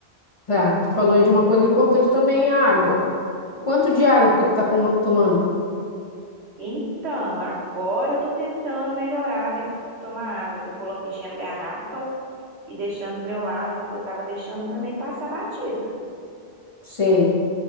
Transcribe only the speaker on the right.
Então, agora eu tô tentando melhorar, me- tomar água, tô colo- enchendo garrafa e deixando do meu lado, porque eu tava deixando também passar batido.